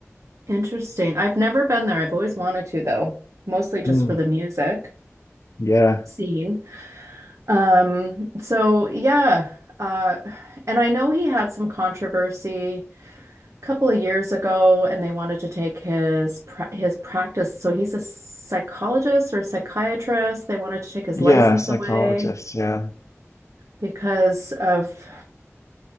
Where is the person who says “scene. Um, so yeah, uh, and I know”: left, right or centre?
Right